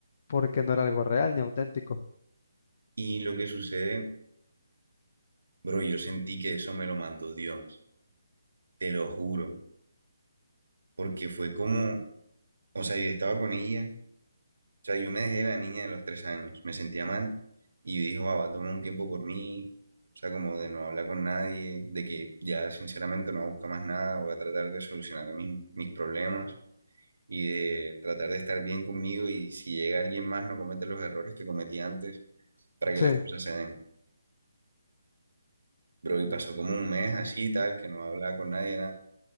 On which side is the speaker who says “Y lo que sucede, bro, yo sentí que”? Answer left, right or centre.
Right